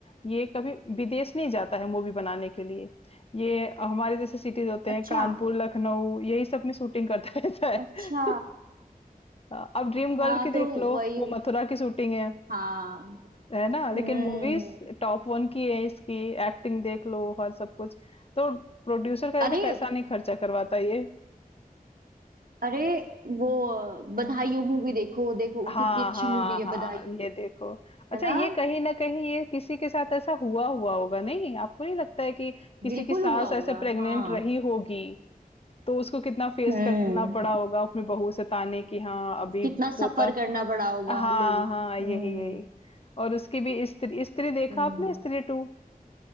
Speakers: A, on the left; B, on the right.
A: ये कभी विदेश नहीं जाता है मूवी बनाने के लिए ये हमारे जैसे सिटीज होते
B: अच्छा
A: हैं कानपुर लखनऊ यही सब में शूटिंग करता रहता है
B: अच्छा
A: <laughs> अब ड्रीम गर्ल
B: हाँ
A: की
B: तो
A: देख लो
B: वही
A: वो मथुरा की शूटिंग है
B: हाँ
A: है ना लेकिन
B: हम्म
A: मूवीज टॉप वन की है इसकी एक्टिंग देख लो हर सब कुछ तो प्रोड्यूसर का ज्यादा
B: अरे
A: पैसा नहीं खर्चा करवाता ये
B: अरे वो बधाई हो मूवी देखो देखो
A: हाँ
B: कितनी अच्छी
A: हाँ
B: मूवी है
A: हाँ
B: बधाई
A: ये देखो अच्छा
B: है ना
A: ये कहीं ना कहीं ये किसी के साथ ऐसा हुआ हुआ होगा नहीं आपको नहीं लगता है कि किसी
B: बिल्कुल
A: की सास
B: हुआ होगा
A: ऐसे प्रेग्नेंट
B: हाँ
A: रही होगी तो उसको कितना फेस
B: हम्म
A: करना पड़ा होगा अपनी बहू से ताने की हाँ अभी
B: कितना
A: पोता
B: सफर करना पड़ा होगा
A: हाँ
B: लोगों
A: हाँ यही
B: हम्म
A: यही और उसकी भी स्त्री स्त्री देखा
B: हम्म
A: आपने स्त्री टू